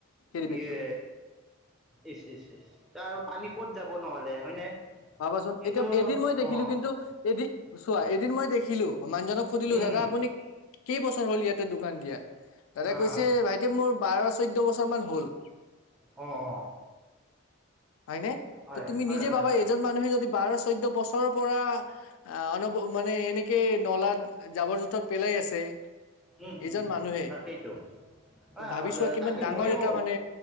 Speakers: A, on the left; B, in the centre.
A: কেৰীবেগটো।
B: ইয়ে ইচ ইচ ইচ তাৰ আৰু পানী ক'ত যাব নহ'লে হয়নে?
A: ভাবাচোন
B: কিন্তু
A: এতিয়া এদিন মই দেখিলো
B: অ
A: কিন্তু এদি চোৱা এদিন দেখিলোঁ মই মানুহজনক সুধিলো
B: উম
A: দাদা আপুনি, কেইবছৰ হল ইয়াতে দোকান দিয়া, দাদাই
B: অ
A: কৈছে ভাইটি মোৰ বাৰ চৈধ্য বছৰ মান হল।
B: অঁ অঁ
A: হয়নে,
B: হয়
A: ত তুমি
B: হয়
A: নিজে
B: হয়
A: ভাবা
B: হয়
A: এ বোৰ মানুহে যদি বাৰ চৈধ্য বছৰৰ পৰা, আ অলপ মানে এনেকে নলাত যাবৰ জোথৰ। পেলাই আছে
B: উম হুম
A: এজন
B: হুম
A: মানুহে
B: তাকেইতো। অ
A: ভাবি চোৱা কিমান
B: তাকে
A: ডাঙৰ
B: মইয়ো
A: এটা মানে